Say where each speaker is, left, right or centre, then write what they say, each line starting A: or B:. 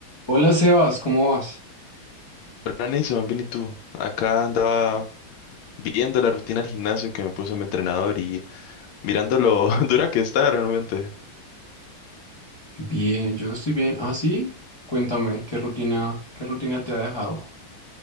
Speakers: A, on the left; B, on the left.
A: Hola Sebas, ¿cómo vas?
B: Hola Nason, bien y tú. Acá andaba viendo la rutina del gimnasio que me puso mi entrenador y mirando lo <laughs> dura que está realmente.
A: Bien, yo estoy bien. Ah, sí, cuéntame, ¿qué rutina, qué rutina te ha dejado?